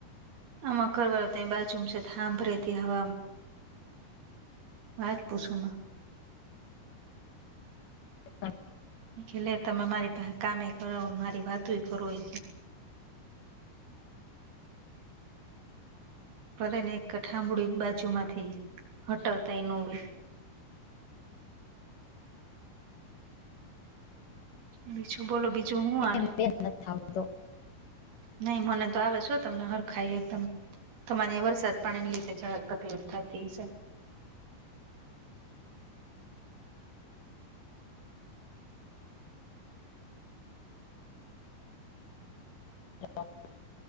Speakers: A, on the right; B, on the left.
A: આમાં ઘરવાળો ત્યાં બાજુમ છે થાંભ રહેતી, હા. વાત પૂછોમા
B: <unintelligible>
A: એલે તમે મારી પાસે કમે કરાવો મારી વાતોય કરો એ ભલે ને એક થામણું બાજુ માંથી હટાવતાય ન હોય. બીજું બોલો બીજું હું આલે?
B: બેન નથી આવતો
A: નહી મને તો આવે છે, તમને હરખાય એકદમ તમારે વરસાદ પાણીની લીધે જડક તકલીફ થતી હશે
B: <unintelligible>